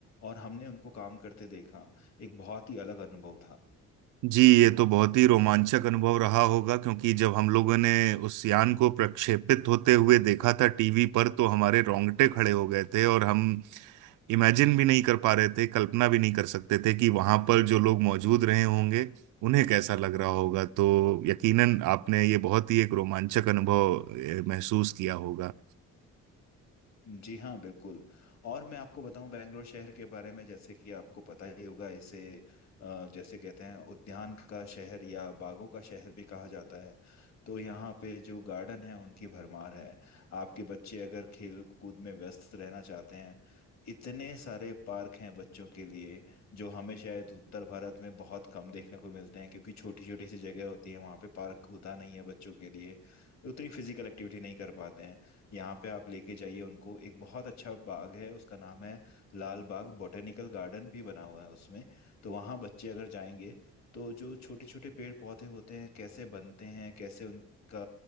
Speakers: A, on the left (about 60°); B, on the right (about 85°).
A: और हमने उनको काम करते देखा एक बहुत ही अलग अनुभव था
B: जी ये तो बहुत ही रोमांचक अनुभव रहा होगा क्योंकि जब हम लोगों ने उस यान को प्रक्षेपित होते हुए देखा था टीवी पर तो हमारे रोंगटे खड़े हो गए थे और हम इमेजिन भी नहीं कर पा रहे थे कल्पना भी नहीं कर सकते थे कि वहां पर जो लोग मौजूद रहे होंगे उन्हें कैसा लग रहा होगा तो यकीनन आपने ये बहुत ही एक रोमांचक अनुभव ए, महसूस किया होगा
A: जी हाँ बिल्कुल और मैं आपको बताऊं बेंगलोर शहर के बारे में जैसे कि आपको पता ही होगा इसे अ, जैसे कहते हैं उद्यान का शहर या बागों का शहर भी कहा जाता है तो यहाँ पे जो गार्डन है उनकी भरमार है आपके बच्चे अगर खेल कूद में व्यस्त रहना चाहते हैं इतने सारे पार्क हैं बच्चों के लिए जो हमें शायद उत्तर भारत में बहुत कम देखने को मिलते हैं क्योंकि छोटी छोटी सी जगह होती है वहाँ पे पार्क होता नहीं है बच्चों के लिए उतनी फिजिकल एक्टिविटी नहीं कर पाते हैं यहाँ पे आप लेके जाइए उनको एक बहुत अच्छा बाग है उसका नाम है लाल बाग बॉटेनिकल गार्डन भी बना हुआ है उसमें तो वहाँ बच्चे अगर जाएंगे तो जो छोटे छोटे पेड़ पौधे होते हैं कैसे बनते हैं कैसे उनका